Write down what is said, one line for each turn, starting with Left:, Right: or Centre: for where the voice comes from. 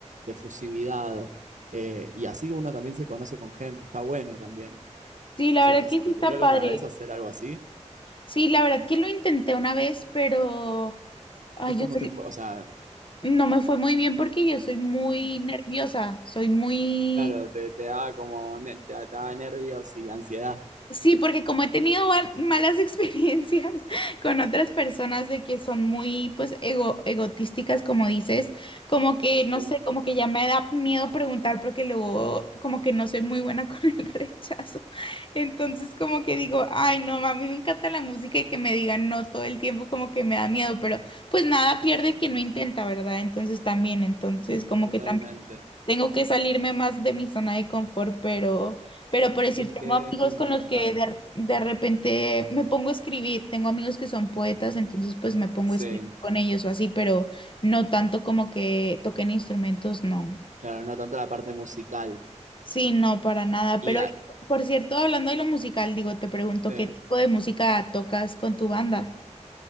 Right: de fusividad. eh, y así uno también se conoce con gente, está bueno también.
Left: Sí, la
Right: ¿Se,
Left: verdad
Right: se
Left: que sí
Right: te ocurrió
Left: está
Right: alguna
Left: padre.
Right: vez hacer algo así?
Left: Sí, la verdad que lo intenté una vez, pero, ay,
Right: ¿Y cómo
Left: yo soy,
Right: te fue? O sea,
Left: No me fue muy bien porque yo soy muy nerviosa, soy muy...
Right: claro, te, te da como, ne- te, te da nervios y ansiedad.
Left: Sí, porque como he tenido va- malas experiencias <laughs> con otras personas de que son muy, pues, ego, egotísticas, como dices, como que,
Right: Sí,
Left: no sé, como que ya me da miedo preguntar porque luego como que no soy muy buena <laughs> con el rechazo. Entonces como que digo, ay, no, ma, a mí me encanta la música y que me digan no todo el tiempo como que me da miedo, pero pues nada pierde el que no intenta, ¿verdad? Entonces también, entonces como
Right: totalmente.
Left: que... Tengo que salirme más de mi zona de confort, pero, pero por decir,
Right: Y es
Left: tengo
Right: que
Left: amigos
Right: es fundamental.
Left: con los que de, de repente me pongo a escribir. Tengo amigos que son poetas, entonces pues me pongo
Right: Sí,
Left: a escribir con ellos o así, pero no tanto como que toquen instrumentos, no.
Right: claro, no tanto la parte musical.
Left: Sí, no, para nada.
Right: Y
Left: Pero
Right: a-
Left: por cierto, hablando de lo musical, digo, te pregunto,
Right: sí.
Left: ¿qué tipo de música tocas con tu banda?